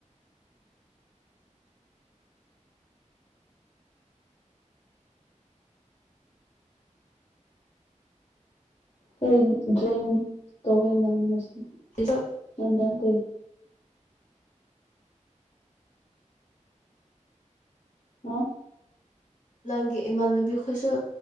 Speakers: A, on the left; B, on the left.
A: ꯍꫭꯔꯦꯟ ꯗ꯭ꯔꯤꯡ ꯇꯧꯕꯩ ꯅꯪ <unintelligible>
B: <inaudible>
A: ꯅꯗꯇꯤ ꯍꯥ
B: ꯅꯪꯒꯤ ꯏꯃꯥꯟꯅꯕꯤꯈꯣꯏꯁꯨ